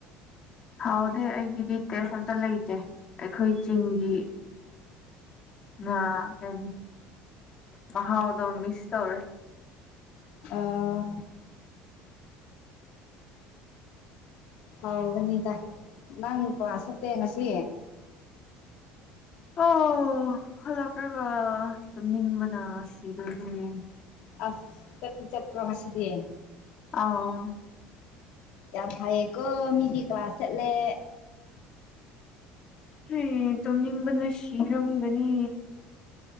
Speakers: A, on the left (about 35°); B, on the left (about 65°).
A: ꯍꯥꯎꯗꯦ ꯑꯩꯒꯤꯗꯤ ꯇꯦꯁ ꯑꯝꯇ ꯂꯩꯇꯦ ꯑꯩꯈꯣꯏ ꯆꯤꯡꯒꯤ ꯉꯥ <unintelligible> ꯃꯍꯥꯎꯗꯣ ꯃꯤꯁ ꯇꯧꯔꯦ
B: ꯑꯥ ꯍꯥꯎꯕꯅꯤꯗ ꯅꯪ ꯀ꯭ꯂꯥꯁ ꯆꯠꯇꯦ ꯉꯁꯤ
A: ꯑꯣ ꯍꯜꯂꯛꯑꯒ ꯇꯨꯝꯅꯤꯡꯕꯅ ꯁꯤꯗꯨꯏꯅꯤ
B: ꯑꯁ ꯆꯠꯇꯤ ꯆꯠꯄ꯭ꯔꯣ ꯉꯁꯤꯗꯤ
A: ꯑꯥꯎ
B: ꯌꯥꯝ ꯐꯌꯦꯀꯣ ꯃꯤꯗꯤ ꯀ꯭ꯂꯥꯁ ꯆꯠꯂꯦ
A: ꯍꯦ ꯇꯨꯝꯅꯤꯡꯕꯅ ꯁꯤꯔꯝꯒꯅꯤ